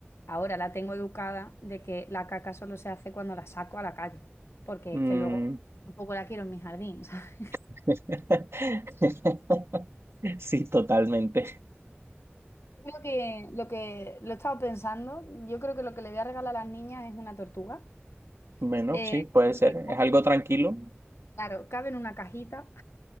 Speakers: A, on the left; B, on the right.
A: Ahora la tengo educada de que la caca solo se hace cuando la saco a la calle, porque
B: Mm.
A: es que luego un poco la quiero en mi jardín, <laughs>
B: <laughs> Sí, totalmente.
A: Creo que lo que lo he estado pensando, yo creo que lo que le voy a regalar a las niñas es una tortuga.
B: Bueno,
A: Eh,
B: sí, puede
A: que,
B: ser. Es algo tranquilo.
A: claro, cabe en una cajita.